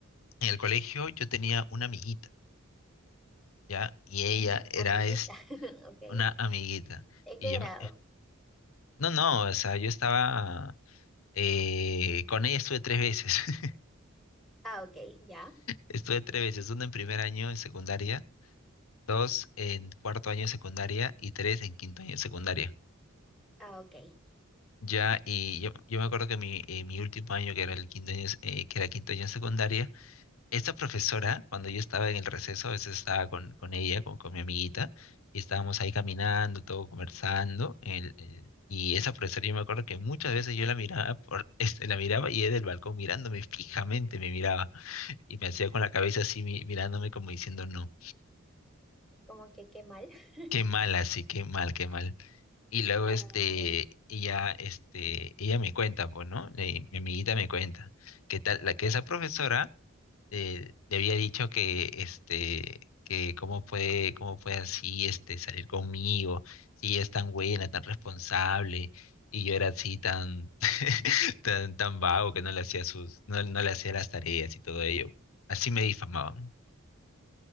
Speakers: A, on the left; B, in the centre.
A: el colegio yo tenía una amiguita, ¿ya? Y ella
B: Mm,
A: era
B: Amiguita,
A: es
B: <laughs> ok.
A: una amiguita.
B: ¿En
A: Y
B: qué
A: yo,
B: grado?
A: me- no, no, o sea, yo estaba, eh, con ella estuve tres veces. <laughs>
B: Ah, ok, ya.
A: Estuve tres veces, una en primer año en secundaria, dos en cuarto año de secundaria y tres en quinto año de secundaria.
B: Ah, ok.
A: Ya, y yo, yo me acuerdo que mi, eh, mi último año, que era el quinto año, eh, que era quinto año de secundaria, esta profesora, cuando yo estaba en el receso, a veces estaba con, con ella, con, con mi amiguita, y estábamos ahí caminando, todo conversando, el- el- y esa profesora yo me acuerdo que muchas veces yo la miraba, por, <laughs> este, la miraba y ella del balcón mirándome fijamente me miraba, y me hacía con la cabeza así mi- mirándome como diciendo no,
B: Como que qué mal. <laughs>
A: qué mal así, qué mal, qué mal. Y luego
B: Ah,
A: este,
B: ok.
A: ella, este, ella me cuenta, pues, ¿no? Le- mi amiguita me cuenta que tal, la que esa profesora eh, le había dicho que este que cómo puede cómo puede así este salir conmigo si ella es tan buena tan responsable y yo era así tan <laughs> tan tan vago que no le hacía sus no, no le hacía las tareas y todo ello así me difamaban